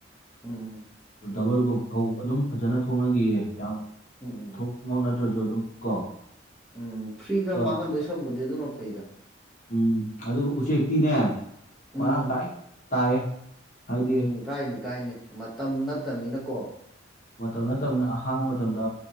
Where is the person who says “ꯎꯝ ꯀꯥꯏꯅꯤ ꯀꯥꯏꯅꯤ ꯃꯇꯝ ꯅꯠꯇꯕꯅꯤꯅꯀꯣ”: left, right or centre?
Centre